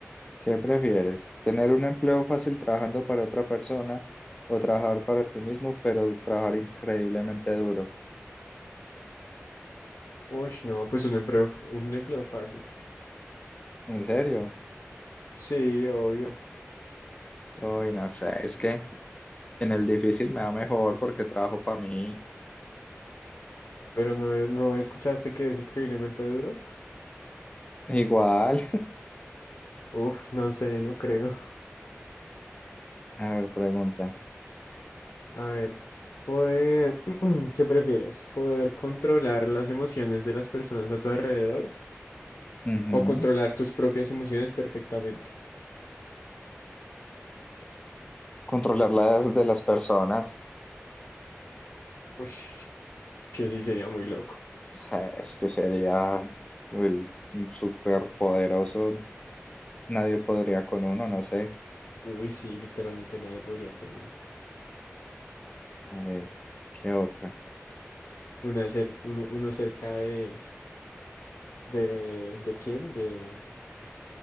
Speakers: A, on the left; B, on the left.
A: ¿qué prefieres? ¿Tener un empleo fácil trabajando para otra persona o trabajar para ti mismo pero trabajar increíblemente duro?
B: Uy, no, pues un empleo, un empleo fácil.
A: ¿En serio?
B: Sí, obvio.
A: Uy, no sé, es que en el difícil me va mejor porque trabajo para mí.
B: Pero no, es- no escuchaste que es increíblemente duro.
A: Igual.
B: Uf, no sé, no creo. <laughs>
A: <laughs> A ver, pregunta.
B: A ver, poder, <clears throat> ¿qué prefieres? ¿Poder controlar las emociones de las personas a tu alrededor
A: Ujú.
B: o controlar tus propias emociones perfectamente?
A: Controlar las de las personas.
B: Uy, es que sí sería muy loco.
A: O sea, es que sería el súper poderoso. Nadie podría con uno, no sé.
B: Uy, sí, literalmente nadie podría con uno.
A: A ver, ¿qué otra?
B: Una cer- uno, uno cerca de, de, ¿de quién? De,